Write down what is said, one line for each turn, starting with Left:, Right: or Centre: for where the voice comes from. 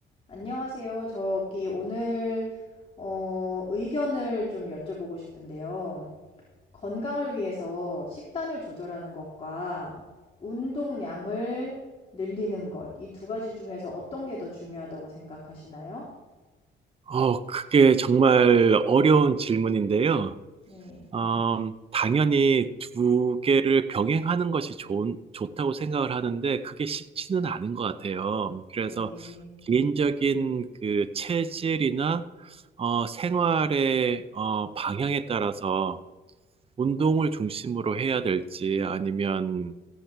Left: 안녕하세요. 저기 오늘 어, 의견을 좀 여쭤보고 싶은데요. 건강을 위해서 식단을 조절하는 것과 운동량을 늘리는 것, 이 두 가지 중에서 어떤 게 더 중요하다고 생각하시나요?
Right: 어, 그게 정말 어려운 질문인데요.
Left: 네,
Right: 음, 당연히 두 개를 병행하는 것이 좋은, 좋다고 생각을 하는데 그게 쉽지는 않은 것 같아요. 그래서
Left: 네,
Right: 개인적인 그 체질이나 어, 생활의 어, 방향에 따라서 운동을 중심으로 해야 될지 아니면